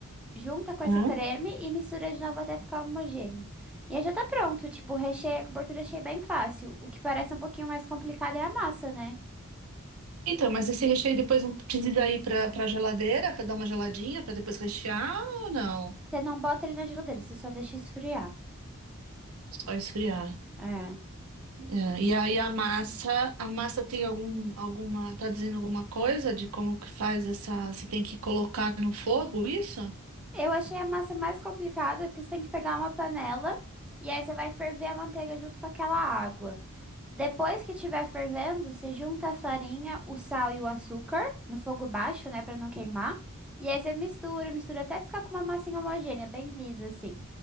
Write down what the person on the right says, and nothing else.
Hã?
Então, mas esse recheio depois não precisa ir para para geladeira para dar uma geladinha para depois rechear ou não?
Só esfriar.
É, E aí a massa, a massa tem algum, alguma, tá dizendo alguma coisa de como que faz essa, você tem que colocar no fogo isso?